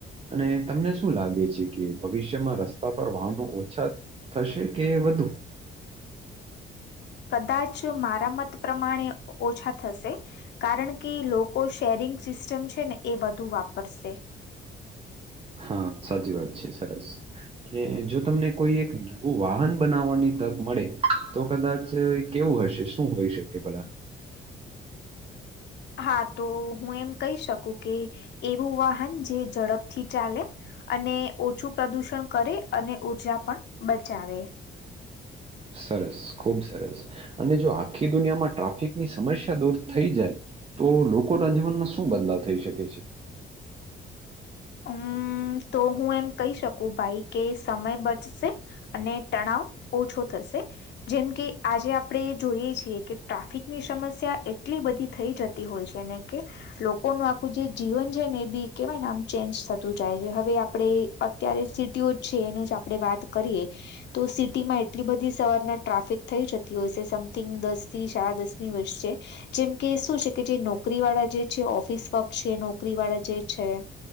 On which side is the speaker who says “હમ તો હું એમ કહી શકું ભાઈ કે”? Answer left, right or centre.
Left